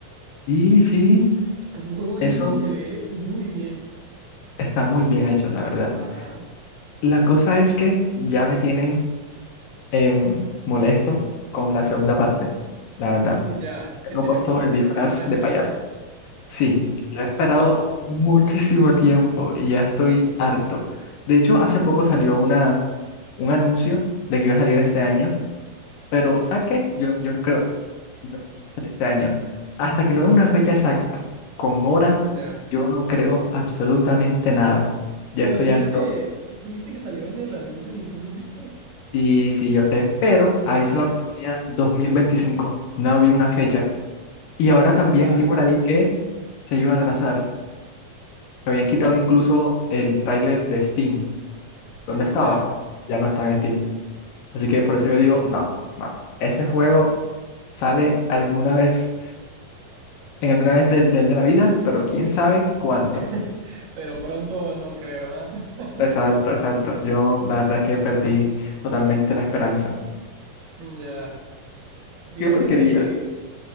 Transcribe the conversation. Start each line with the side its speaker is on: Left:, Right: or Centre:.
Left: sí, sí,
Right: Es un juego
Left: eso
Right: indie y se ve muy bien.
Left: está muy bien hecho, la verdad.
Right: Ajá.
Left: La cosa es que ya me tienen em, molesto con la segunda parte, la verdad.
Right: Mm, ya,
Left: Tengo
Right: que tiene
Left: puesto
Right: como
Left: el disfraz
Right: seis años
Left: de payaso.
Right: saliendo.
Left: Sí, lo he esperado muchísimo tiempo y ya estoy harto. De hecho, hace poco salió una, un anuncio de que iba a salir este año, pero ¿sabes qué? Yo, yo no creo que no creo que vaya a salir este año. Hasta que no dé una fecha exacta, con hora,
Right: Mm, ya.
Left: yo no creo absolutamente nada. Ya
Right: Pero
Left: estoy
Right: si
Left: harto.
Right: viste, si viste que salió en el anuncio de Nintendo Switch dos
Left: Sí, sí, yo sé, pero
Right: Ajá.
Left: ahí solamente ponía 2025, no había una fecha. Y ahora
Right: Mm,
Left: también
Right: ya.
Left: vi por ahí que se iba a atrasar. Habían quitado incluso el tráiler de Steam. ¿Dónde
Right: Mm,
Left: estaba?
Right: ya.
Left: Ya no está en Steam. Así que por eso yo digo, no, no. Ese juego sale alguna vez, en alguna vez del, del de la vida, pero quién sabe cuándo.
Right: <laughs> Pero pronto no creo, ¿ah? <laughs>
Left: Exacto, exacto. Yo la verdad es que perdí totalmente la esperanza.
Right: Mm, Ya. Fíjate
Left: Qué porquería.
Right: que